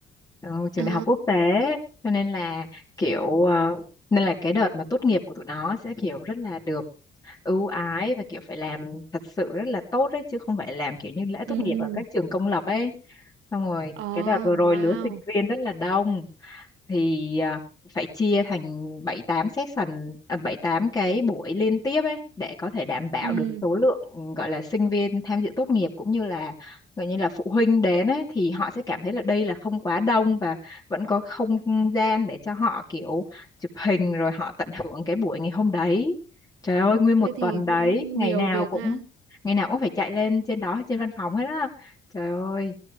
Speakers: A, on the left (about 20°); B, on the right (about 85°).
A: ừ, trường
B: ờ
A: đại học quốc tế cho nên là kiểu
B: trời
A: ờ, nên là cái đợt mà tốt nghiệp của tụi nó sẽ kiểu rất là được ưu ái và kiểu phải làm thật sự rất là tốt đấy chứ không phải làm kiểu như lễ
B: ừ
A: tốt nghiệp ở các trường công lập ấy xong rồi
B: ờ
A: cái đợt vừa
B: wow
A: rồi lứa sinh viên rất là đông thì à, phải chia thành 7 8 session à, 7 8 cái buổi liên tiếp ấy để có thể đảm bảo
B: ừ
A: được số lượng ừ, gọi là sinh viên tham dự tốt nghiệp cũng như là gọi như là phụ huynh đến ấy thì họ sẽ cảm thấy là đây là không quá đông và vẫn có không gian để cho họ kiểu chụp hình rồi họ tận hưởng cái buổi ngày hôm đấy. Trời ơi nguyên một
B: thế thì
A: tuần đấy,
B: cũng
A: ngày
B: nhiều
A: nào
B: việc
A: cũng
B: ha
A: ngày nào cũng phải chạy lên trên đó trên văn phòng hết á. Trời ơi,